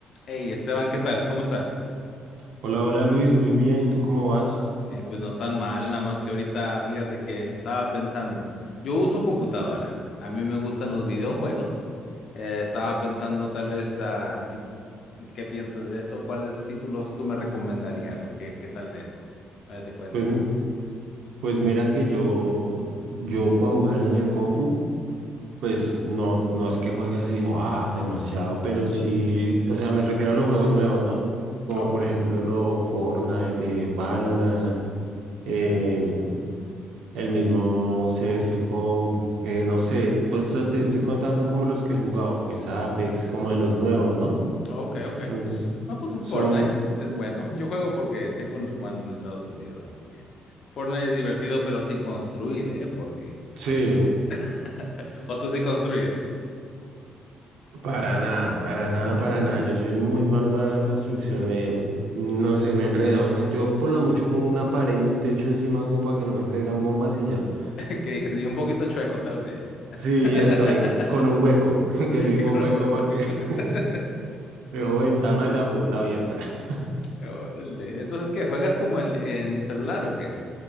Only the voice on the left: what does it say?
Hey, Esteban, ¿qué tal? ¿Cómo estás?
Eh, pues no tan mal, nada más que ahorita fíjate que estaba pensando, yo uso computadora, a mí me gustan los videojuegos, eh, estaba pensando tal vez ah, si, ¿qué piensas de eso? ¿Cuáles títulos tú me recomendarías o qué, qué tal de eso? Ahora te cuento
unos.
Ah, ok,
ok, ok.
No, pues un
Fortnite es bueno, yo juego porque tengo un hermano en Estados Unidos, así que Fortnite es divertido pero sin construir, ¿eh? Porque,
<laughs> o tú sí construyes.
<laughs>
<laughs> Que dices, y un poquito chueco, tal vez. <laughs>
Y con
el hueco.
<laughs>
Órale. Entonces, ¿qué? ¿Juegas como en, en celular o qué?